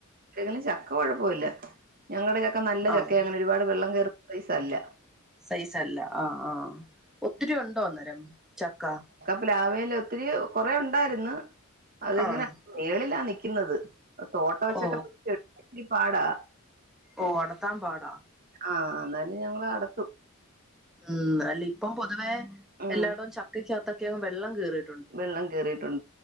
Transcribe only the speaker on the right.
ഏ ചക്ക കുഴപ്പമില്ല ഞങ്ങളുടെ ചക്ക നല്ല
ചക്ക അങ്ങനെ ഒരുപാട് വെള്ളം കയറുന്ന സൈസല്ല
പ്ലാവേൽ ഒത്തിരി കൊറെ ഉണ്ടായിര്ന്ന് അതിങ്ങനെ
മേളിലാ നിക്കുന്നത് തോട്ടം വെച്ചൊക്കെ
പിടിച്ച് ഒത്തിരി പാടാ
ആഹ് എന്നാലും ഞങ്ങള് അടർത്തും
ഉം
വെള്ളം കയറിയിട്ടുണ്ട്